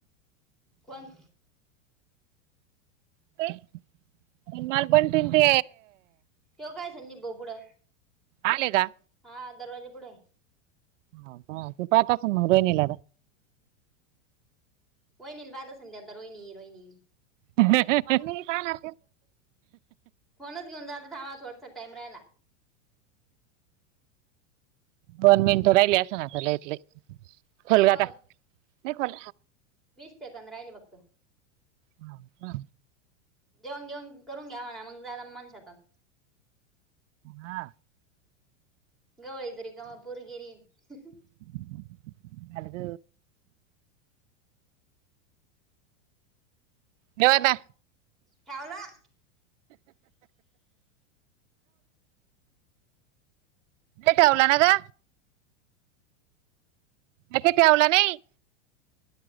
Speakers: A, in the centre; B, on the right.
A: कोण.
B: <inaudible> मन मल <inaudible> बन त ते
A: तेव काय संजीप बोपडं.
B: आले का.
A: हा दरवाजे पुढे <inaudible>
B: हो बा त <inaudible> पाठास मगर <inaudible> येनल
A: <inaudible> हो निल वाद स संंग द्या <inaudible> रोय रोयनी
B: <unintelligible> <inaudible> काणण
A: फोनच घेऊनात <inaudible> ावा थोडस टईम राहिला.
B: दोन मिनटं राहिली अस स <inaudible> नाला इथले
A: नाही
B: खलगाता
A: हो
B: <inaudible> ख
A: वीस सेकंद राहिले <inaudible> बघत
B: हा. हा.
A: जेवण घेऊन करून घ्यावाणा मग जाला मनशातात.
B: हा.
A: गवाळतरी का म <inaudible> पुरगर
B: <inaudible> अज <unintelligible> <inaudible> घवाता
A: ठेवला
B: ठेवला ना <inaudible> का अख तेवला नाही.